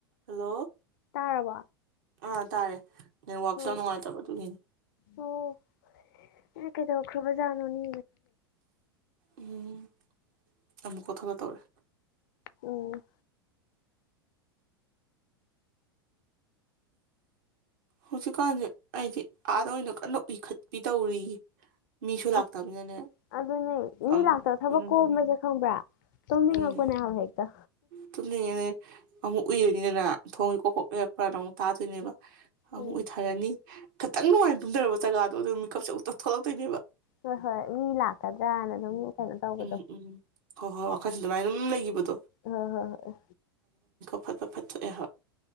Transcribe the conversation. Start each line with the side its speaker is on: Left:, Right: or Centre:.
Right: Hello
Left: ꯇꯥꯔꯕꯣ
Right: ꯑꯥ ꯇꯥꯔꯦ ꯅꯠꯋꯥꯛꯇ
Left: ꯎꯝ
Right: ꯅꯨꯡꯉꯥꯏꯇꯕ ꯇꯨꯅꯤ
Left: ꯑꯣ ꯅ ꯀꯩꯗꯧꯈ꯭ꯔꯕꯖꯥꯠꯅꯣꯅꯦ
Right: ꯎꯝ ꯑꯃꯨꯛ ꯀꯊꯂ ꯇꯧꯔꯦ
Left: ꯎꯝ
Right: ꯍꯧꯖꯤꯛꯀꯥꯟꯁꯦ ꯑꯩꯗꯤ ꯑꯥꯗ ꯑꯣꯏꯅ ꯀꯟꯅ ꯎꯈꯠꯄꯤ ꯇꯧꯔꯤꯌꯦ ꯃꯤꯁꯨ ꯂꯥꯛꯇꯕꯅꯤꯅꯅꯦ
Left: ꯑꯁ ꯑꯗꯨꯅꯦ ꯃꯤ
Right: ꯑꯃꯨꯛ
Left: ꯂꯥꯛꯇꯕ ꯊꯕꯛ
Right: ꯑꯗꯨꯗꯨꯅꯦ
Left: ꯀꯣꯝꯝꯕꯁꯦ ꯈꯪꯕ꯭ꯔꯥ ꯇꯄꯅꯦ
Right: ꯎꯝ
Left: ꯍꯥꯏ ꯍꯥꯏꯛꯇ
Right: ꯇꯨꯝꯅꯤꯡꯉꯦ ꯑꯗꯩ ꯑꯃꯨꯛ ꯎꯏꯔꯅꯤꯗꯅ ꯊꯣꯡꯒꯤ ꯀꯣꯛ ꯀꯣꯛ ꯂꯩꯔꯛꯄ꯭ꯔꯥꯅ ꯑꯃꯨꯛ ꯇꯥꯗꯣꯏꯅꯦꯕ ꯑꯃꯨꯛ
Left: ꯎꯝ
Right: ꯑꯣꯏꯊꯔꯅꯤ ꯈꯤꯇꯪ ꯅꯨꯡꯉꯥꯏꯅ ꯇꯨꯝꯖꯔꯕ ꯖꯒꯥꯗꯣ ꯑꯗꯨ ꯃꯤꯀꯞꯆ ꯎꯛꯇ ꯊꯣꯛꯂꯛꯇꯣꯏꯅꯦꯕ
Left: ꯍꯣꯏ ꯍꯣꯏ ꯃꯤ ꯂꯥꯛꯀꯗ꯭ꯔꯥꯅ ꯑꯗꯨꯝ ꯀꯩꯅꯣ ꯇꯧꯕꯗꯣ
Right: ꯎꯝ ꯎꯝ ꯍꯣ ꯍꯣꯏ ꯍ ꯈ ꯑꯗꯨꯃꯥꯏ ꯑꯗꯨꯝ ꯂꯩꯈꯤꯕꯗꯣ
Left: ꯑ ꯍꯣꯏ ꯍꯣꯏ
Right: ꯑꯐꯠ ꯐ ꯐꯠꯇ ꯊꯣꯛꯣꯛꯑꯦ ꯍꯕ